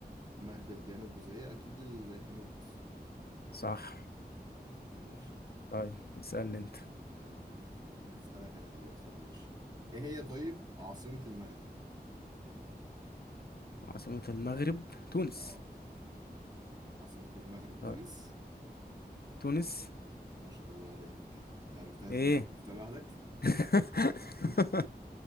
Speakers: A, on the right; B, on the left.
A: مهدل ديانة البوذية أكيد الهنود
B: صح
A: إيه يا باشا
B: طيب اسألني أنت
A: آه هسألك أنا دلوقتي طب ماشي إيه هي طيب عاصمة المغرب؟
B: عاصمة المغرب تونس
A: آه عاصمة المغرب تونس
B: طيب تونس
A: ما شاء الله عليك أنت عرفتها إزاي؟
B: إيه؟
A: عرفتها لوحدك؟
B: <laughs>
A: <laughs>